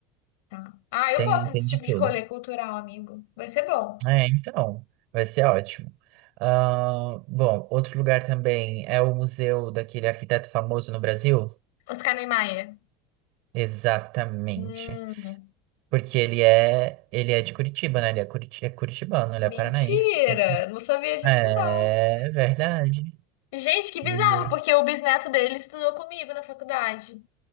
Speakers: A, on the left; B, on the right.
A: Tá. Ah, eu
B: Tem,
A: gosto desse
B: tem de
A: tipo
B: tudo.
A: de rolê cultural, amigo. Vai ser bom.
B: É, então, vai ser ótimo. Ah, bom, outro lugar também é o museu daquele arquiteto famoso no Brasil.
A: Oscar Niemeyer.
B: Exatamente.
A: Hum,
B: Porque ele é, ele é de Curitiba, né? Ele é, curiti é curitibano, ele é
A: mentira!
B: paranaense.
A: Não sabia disso,
B: É
A: não.
B: verdade.
A: Gente, que bizarro,
B: E-
A: porque o bisneto dele estudou comigo na faculdade,